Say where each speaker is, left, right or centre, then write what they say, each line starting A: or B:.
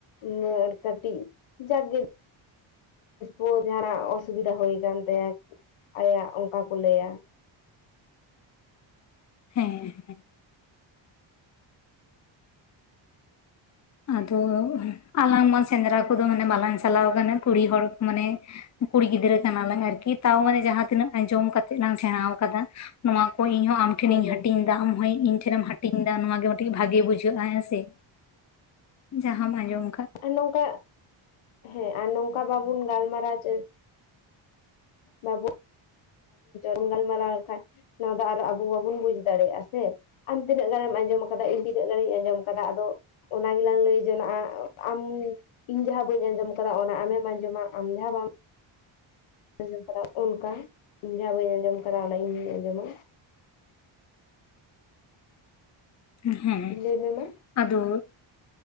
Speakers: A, on the left; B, on the left.
A: ᱱᱤᱭᱟᱹ ᱠᱟᱹᱴᱤᱡ ᱡᱟᱜᱮ ᱢᱩᱡ ᱟᱲᱟᱜ ᱚᱥᱩᱵᱤᱫᱟ ᱦᱩᱭ ᱟᱠᱟᱱ ᱛᱟᱭᱟ ᱟᱭᱟᱜ ᱚᱱᱠᱟ ᱠᱚ ᱞᱟᱹᱭᱟ᱾
B: ᱦᱮᱸ ᱦᱮᱸ ᱟᱫᱚ ᱟᱞᱟᱝᱢᱟ ᱥᱮᱸᱫᱽᱨᱟ ᱠᱚᱫᱚ ᱵᱟᱞᱟᱝ ᱪᱟᱞᱟᱣ ᱠᱟᱱᱟ ᱠᱩᱲᱤ ᱦᱚᱲ ᱢᱟᱱᱮ ᱠᱩᱲᱤ ᱜᱤᱫᱽᱨᱟᱹ ᱠᱟᱱᱟ ᱞᱟᱝ ᱟᱨᱠᱤ ᱛᱟᱣ ᱢᱟᱱᱮ ᱡᱟᱦᱟᱸᱛᱤᱱᱟᱹᱜ ᱟᱸᱡᱚᱢ ᱠᱟᱛᱮᱜ ᱞᱟᱝ ᱥᱮᱬᱟ ᱟᱠᱟᱫᱟ᱾ ᱱᱚᱣᱟ ᱠᱚ ᱤᱧᱦᱚᱸ ᱟᱢ ᱟᱢ ᱦᱚᱸ ᱤᱧ ᱴᱷᱮᱱᱤᱧ
A: ᱦᱳᱭ ᱦᱳᱭ
B: ᱦᱟᱹᱴᱤᱧ ᱮᱫᱟ ᱟᱢᱦᱚᱸ ᱤᱧ ᱴᱷᱮᱱᱮᱢ ᱦᱟᱹᱴᱤᱧ ᱫᱟ ᱱᱚᱣᱟ ᱜᱮ ᱢᱤᱫᱴᱤᱡ ᱵᱷᱟᱜᱮ ᱵᱩᱡᱷᱟᱹᱜ-ᱟ ᱦᱮᱸ ᱥᱮ ᱡᱟᱦᱟᱸᱢ ᱟᱡᱚᱢ
A: ᱚᱱᱟᱴᱟᱜ ᱦᱮᱸ ᱟᱨ ᱱᱚᱝᱠᱟ ᱵᱟᱵᱩᱱ ᱜᱟᱞᱢᱟᱨᱟᱣ ᱪᱮ ᱵᱟᱵᱚᱱ ᱚᱱ ᱜᱟᱞᱢᱟᱨᱟᱣ ᱞᱮᱠᱷᱟ ᱱᱚᱣᱟ ᱫᱚ ᱟᱨᱚ ᱟᱵᱚ ᱵᱟᱵᱚᱱ ᱵᱩᱡ ᱫᱟᱲᱮᱭᱟᱜ-ᱟ ᱥᱮ ᱟᱢ ᱛᱤᱱᱟᱹᱜ ᱜᱟᱱᱮᱢ ᱟᱸᱡᱚᱢ ᱟᱠᱟᱫᱟ ᱤᱧ ᱛᱤᱱᱟᱹᱜ ᱜᱟᱱᱤᱧ ᱟᱸᱡᱚᱢ ᱟᱠᱟᱫᱟ ᱟᱫᱚ ᱚᱱᱟ ᱜᱮᱞᱟᱝ ᱞᱟᱹᱭ ᱡᱚᱱᱟᱜ-ᱟ ᱟᱢ ᱤᱧ ᱡᱟᱦᱟᱸ ᱵᱟᱹᱧ ᱟᱸᱡᱚᱢ ᱟᱠᱟᱫᱟ ᱚᱱᱟ ᱟᱢᱮᱢ ᱟᱸᱡᱚᱢᱟ ᱟᱢ ᱡᱟᱦᱟᱸ ᱵᱟᱢ ᱟᱸᱡᱚᱢ ᱠᱟᱫᱟ ᱚᱱᱠᱟ ᱤᱧ ᱡᱟᱦᱟᱸ ᱵᱟᱹᱧ ᱟᱸᱡᱚᱢ ᱠᱟᱫᱟ ᱚᱱᱟ ᱤᱧ ᱟᱸᱡᱚᱢᱟ
B: ᱦᱮᱸ
A: ᱞᱟᱹᱭ ᱢᱮ ᱢᱟ
B: ᱟᱫᱚ